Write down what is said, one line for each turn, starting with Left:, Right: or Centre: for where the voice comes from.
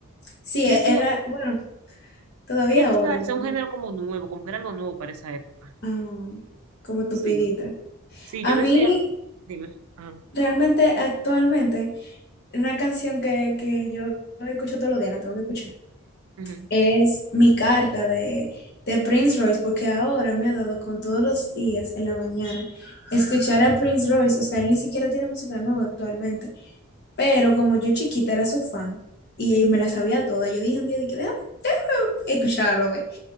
Left: Sí,
Right: Yo
Left: e-
Right: decía,
Left: era, bueno, todavía
Right: es que quizás
Left: ahora yo,
Right: sea un género como nuevo, como que era algo nuevo para esa época.
Left: ah, como estupidita.
Right: Sí, sí,
Left: A
Right: yo
Left: mí
Right: decía, dime, ajá,
Left: Realmente, actualmente, una canción que, que yo escucho todos los días, la tengo que escuchar,
Right: ujú.
Left: es Mi Carta de, de Prince Royce, porque ahora me ha dado con todos los días en la mañana escuchar a Prince Royce, o sea, él ni siquiera tiene música nueva actualmente, pero como yo chiquita era su fan y, y me la sabía toda, yo dije un día, dije, déjame escucharlo, a ver,